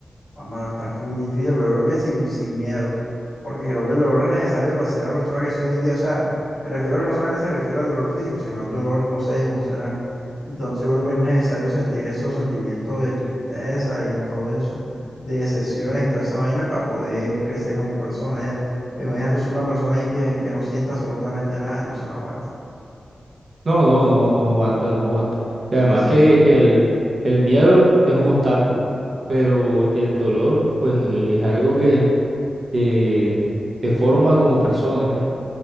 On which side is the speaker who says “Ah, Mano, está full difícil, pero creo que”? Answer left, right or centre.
Left